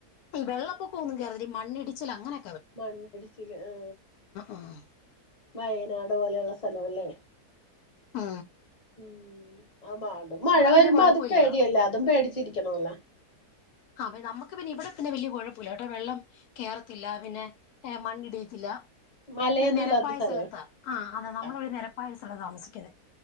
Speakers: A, on the left; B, on the left.
A: ഈ വെള്ളപ്പൊക്ക ഒന്നും കയറ മണ്ണിടിച്ചിൽ അങ്ങനെ
B: മണ്ണ ഇടിച്ചില് ആ
A: ആഹ്
B: വയനാട് പോലെയുള്ള സ്ഥലം അല്ലേ
A: ആ
B: ഉം ആ നാടും മഴ വരുമ്പോ
A: വല്യ കൊഴപ്പല്ല
B: അതും പേടിയല്ലേ അതും പേടിച്ചിരിക്കണമല്ലോ
A: ആ നമ്മുക്ക് പിന്നെ ഇവിടെ പിന്നെ വലിയ കുഴപ്പമില്ലട്ടൊ വെള്ളം കയറത്തില്ല പിന്നെ മണ്ണിടിയത്തില്ല
B: മലയൊന്നും
A: ഒരു നിരപ്പായ
B: ഇല്ലാത്ത സ്ഥലം
A: സ്ഥലത്താ അ നമ്മളൊരു
B: ആഹ്
A: നിരപ്പായ സ്ഥലത്താ താമസിക്കുന്നത്